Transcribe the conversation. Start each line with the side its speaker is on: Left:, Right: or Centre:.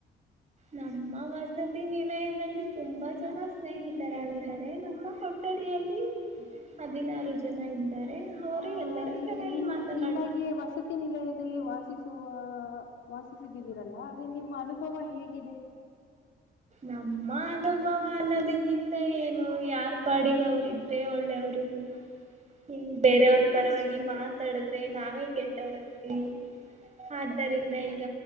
Right: ನಮ್ಮ ವಸತಿ ನಿಲಯದಲ್ಲಿ ತುಂಬಾ ಜನ ಸ್ನೇಹಿತರಾಗಿದ್ದಾರೆ ನಮ್ಮ ಕೊಟ್ಟು <unintelligible> ಕಡ ಹದಿನಾರು ಜನ ಇದ್ದಾರೆ ಅವರು
Left: ಹಾ
Right: ಎಲ್ಲರೂ ಚೆನ್ನಾಗಿ
Left: ನಿಮ
Right: ಮಾತನಾಡು
Left: ನಿಮಗೆ ವಸತಿ ನಿಲಯದಲ್ಲಿ ವಾಸ <unintelligible> ವಾಸಿಸುವ ವಾಸಿಸಿದಿದ್ದೀರಲ್ಲ ಅದೇ ನಿಮ್ಮ ಅನುಭವ ಹೇಗಿದೆ
Right: ನಮ್ಮ ಅನುಭವ ಅನ್ನೋದಕ್ಕಿಂತ ಏನು ಯಾರ್ ಪಾಡಿಗೆ ಅವರ ಇದ್ರೆ ಒಳ್ಳೆವರು ಬ <unintelligible> ಇನು ಬೇರೆಯವ್ರ ಪರವಾಗಿ ಮಾತಾಡದ್ರೆ ನಾವೇ ಕೆಟ್ಟವ್ರ ಆಗ್ತೀವಿ ಅದರಿಂದ ಈಗ